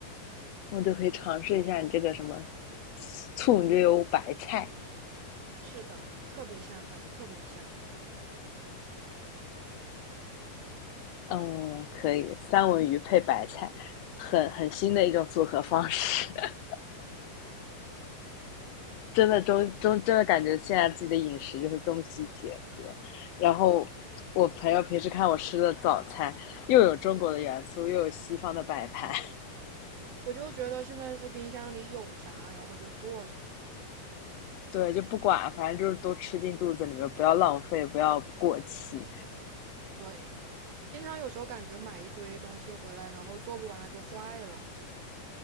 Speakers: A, on the left; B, on the right.
A: 我就可以尝试一下你这个什么醋溜白菜。
B: 是的，特别下饭，特别香。
A: 嗯，可以，三文鱼配白菜，很很新的一种组合方式，<laughs> 真的中中真的感觉现在自己的饮食就是中西结合。然后我朋友平时看我吃的早餐，又有中国的元素，又有西方的摆盘，
B: 我就觉得现在是冰箱里有啥，然后就做啥。
A: <laughs> 对，就不管，反正就是都吃进肚子里面，不要浪费，不要过期。
B: 对，经常有时候感觉买一堆东西回来，然后做不完它就坏了。